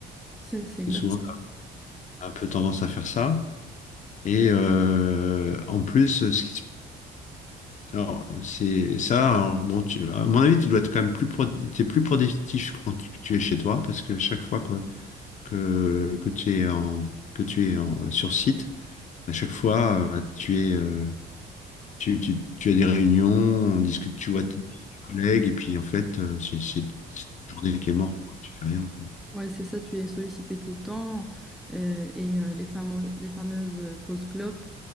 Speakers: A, in the centre; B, on the left (about 45°).
A: C'est c'est
B: Parce
A: exactement.
B: que souvent, on a un peu tendance à faire ça. Et euh, en plus, ce qui se Alors, c'est ça. Alors, bon, tu, à mon avis, tu dois être quand même plus, pro- t'es plus productif quand tu, tu es chez toi, parce que chaque fois que, que, que tu es en, que tu es en- sur site, à chaque fois, euh, tu es, euh, tu, tu, tu as des réunions, on discute, tu vois tes collègues, et puis en fait, euh, c'est c'est- c'est une journée qui est morte, quoi, tu fais rien, quoi.
A: Ouais, c'est ça, tu es sollicité tout le temps. euh, et euh, les fameux, les fameuses pauses clopes,